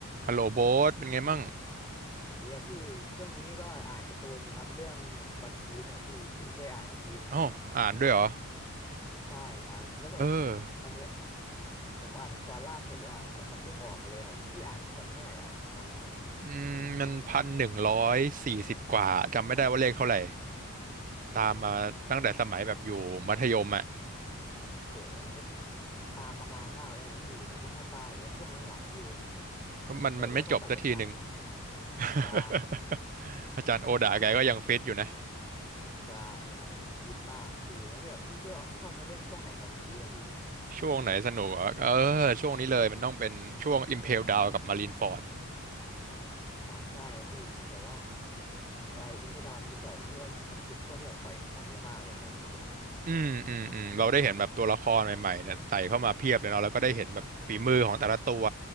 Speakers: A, on the right; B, on the left.
A: ฮัลโหลโบ๊ทเป็นไงมั่ง
B: สวัสดีครับพี่ช่วงนี้ก็อ่านการ์ตูนอยู่ครับเรื่องวันพีซเนี่ยพี่พี่เคยอ่านวันพีซไหม
A: อ๋ออ่านด้วยเหรอ
B: ใช่ครับแล้วแบบ
A: เออ
B: ตอนเนี้ยผมอ่านถึงตอนล่าสุดหรือเปลว่ามันเพิ่งออกมาเลยแบบพี่อ่านถึงตอนที่เท่าไหร่แล้วตอนเนี้ย
A: อืมมันพันหนึ่งร้อยสี่สิบกว่าจำไม่ได้ว่าเลขเท่าไหร่ตามมาตั้งแต่สมัยแบบอยู่มัธยมอ่ะ
B: โหมันก็ตามมานานมากแล้วดิพี่ผมเพิ่งมาตามแบบว่าช่วงหลังๆนี่เอง
A: ก็มันมันไม่จบสักทีหนึ่ง
B: กว่าแล้วก็กว่าจะตามทัน
A: <laughs>
B: ใช่
A: อาจารย์โอดาแกก็ยังฟิตอยู่นะ
B: ใช่คิดมากครับพี่แล้วแบบพี่ชอบชอบเนื้อเรื่องช่วงไหนของวันพีซอะพี่
A: ช่วงไหนสนุกเหรอเออช่วงนี้เลยมันต้องเป็นช่วง Impel Down กับ Marineford
B: อ๋อใช่พี่แบบว่าไอ้อิมเพดามันรู้รู้สึกว่ามันเป็นช่วงที่แบบปล่อยของเยอะมากเลยของวันพีช
A: อืมอืมอืมเราได้เห็นแบบตัวละครใหม่ๆเนี่ยใส่เข้ามาเพียบเลยเนาะแล้วก็ได้เห็นแบบฝีมือของแต่ละตัว